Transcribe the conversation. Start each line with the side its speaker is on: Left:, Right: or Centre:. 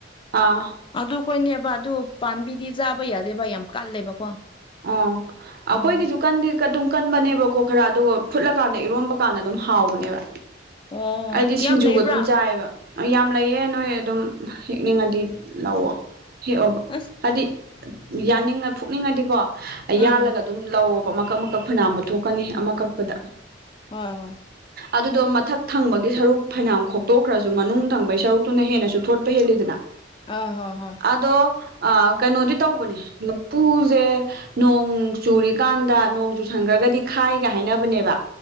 Right: ꯑꯥ
Left: ꯑꯗꯨꯈꯣꯏꯅꯦꯕ ꯑꯗꯨ ꯄꯥꯝꯕꯤꯗꯤ ꯆꯥꯕ ꯌꯥꯗꯦꯕ ꯌꯥꯝ ꯀꯜꯂꯦꯕꯀꯣ
Right: ꯑꯣ ꯑ
Left: ꯎꯝ
Right: ꯀꯣꯏ ꯀꯁꯨ ꯀꯟꯗꯤ ꯑꯗꯨꯝ ꯀꯟꯕꯅꯦꯕꯀꯣ ꯈꯔ ꯑꯗꯨꯒ ꯐꯨꯠꯂꯀꯥꯟꯗ ꯏꯔꯣꯝꯕ ꯀꯥꯟꯗ ꯑꯗꯨꯝ ꯍꯥꯎꯕꯅꯦꯕ
Left: ꯑꯣ
Right: ꯑꯩꯗꯤ ꯁꯤꯡꯖꯨꯒ
Left: ꯌꯥꯝ ꯂꯩꯕ꯭ꯔꯥ
Right: ꯑꯗꯨꯝ ꯆꯥꯏꯑꯕ ꯌꯥꯝ ꯂꯩꯑ ꯅꯣꯏ ꯑꯗꯨꯝ ꯍꯦꯛꯅꯤꯡꯉꯗꯤ ꯂꯑꯣ ꯍꯦꯛꯑꯣꯕ
Left: ꯑꯁ
Right: ꯍꯥꯏꯗꯤ ꯌꯥꯅꯤꯡꯉ ꯐꯨꯛꯅꯤꯡꯉꯗꯤꯀꯣ ꯌꯥꯜꯂꯒ
Left: ꯎꯝ
Right: ꯑꯗꯨꯝ ꯂꯧꯑꯣꯣꯕ ꯃꯀꯛ ꯃꯀꯛ ꯐꯅꯥꯕ ꯊꯣꯛꯀꯅꯤ ꯑꯃ ꯀꯛꯄꯗ
Left: ꯍꯣꯏ ꯍꯣꯏ
Right: ꯑꯗꯨꯗꯣ ꯃꯊꯛ ꯊꯪꯕꯒꯤ ꯁꯔꯨꯛ ꯐꯩꯅ ꯈꯣꯛꯇꯣꯛꯈ꯭ꯔꯁꯨ ꯃꯅꯨꯡ ꯊꯪꯕꯒꯤ ꯁꯔꯨꯛꯇꯨꯅ ꯍꯦꯟꯅꯁꯨ ꯊꯣꯠ ꯍꯗꯅ
Left: ꯑ ꯍꯣ ꯍꯣꯏ
Right: ꯑꯗꯣ ꯀꯩꯅꯣꯗꯤ ꯇꯧꯕꯅꯦ ꯂꯐꯨꯁꯦ ꯅꯣꯡ ꯆꯨꯔꯤꯀꯥꯟꯗ ꯅꯣꯡ ꯆꯨꯁꯤꯟꯈ꯭ꯔꯒꯗꯤ ꯈꯥꯏꯒ ꯍꯥꯏꯅꯕꯅꯦꯕ